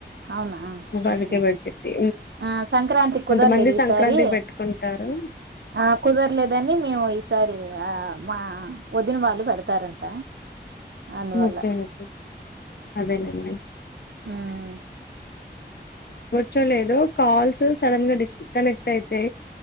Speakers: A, on the right; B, on the left.
A: అవునా
B: బడిక
A: ఓకే
B: పటిది.
A: ఆ సంక్రాంతి
B: కొంతమంది
A: కుదరలేదు ఈసారి
B: సంక్రాంతికి పెట్టుకుంటారు.
A: ఆ కుదరలేదని మేము ఈసారి ఆ మా వదిన వాళ్ళు పెడతారంట. అందువల్ల
B: ఇంకేంటి అదే లేండి.
A: ఉమ్
B: కూర్చోలేదు కాల్స్ సడన్ గా డిస్కనెక్ట్. అయితే